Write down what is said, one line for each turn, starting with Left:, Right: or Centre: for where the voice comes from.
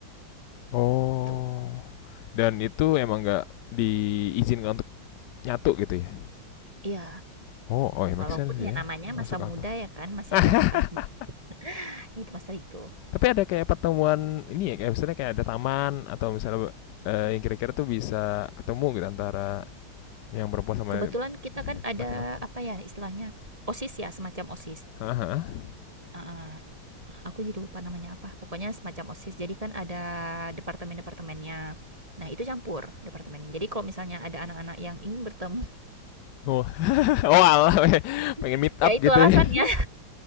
Left: Oh.
Right: Tuh.
Left: Dan itu emang nggak diizinkan untuk nyatu gitu ya?
Right: Iya,
Left: Oh, oh ya make
Right: walaupun
Left: sense sih
Right: ya
Left: ya.
Right: namanya
Left: Masuk
Right: masa
Left: akal.
Right: muda ya kan, masih
Left: <laughs>
Right: ada anak-anak bawah itu masa itu.
Left: Tapi ada kayak pertemuan ini ya, kayak misalnya kayak ada taman atau misalnya eh, yang kira-kira tuh bisa ketemu gitu antara yang perempuan sama
Right: Kebetulan kita kan ada
Left: laki-laki.
Right: apa ya istilahnya? OSIS ya, semacam OSIS.
Left: Haha,
Right: Ah, aku jadi lupa namanya apa pokoknya semacam osis jadi kan ada departemen departemennya nah itu campur departemennya jadi kalau misalnya ada anak-anak yang ingin bertemu
Left: Oh, <laughs> oh alah, pengen
Right: <laughs>
Left: meet up
Right: ya itu
Left: gitu
Right: alasannya
Left: ya. <laughs>